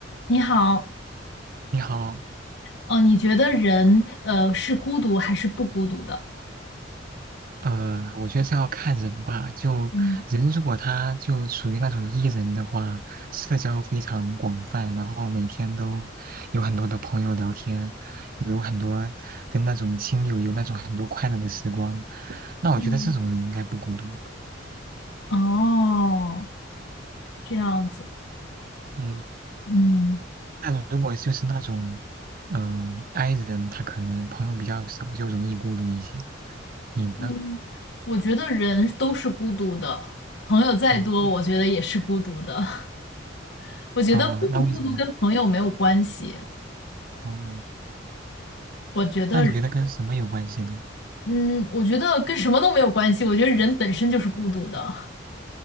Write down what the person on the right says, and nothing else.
你好，
呃，我觉得这要看人吧。就人如果他就属于那种
E 人的话，社交非常广泛，然后每天都有很多的朋友聊天，有很多跟那种亲友有那种很多快乐的时光，那我觉得这种人应该不孤独。
嗯，
但如果就是那种，嗯、i 人，他可能朋友比较少，就容易孤独一些。你呢？
嗯，
啊，那为什么？哦，
那你觉得跟什么有关系呢？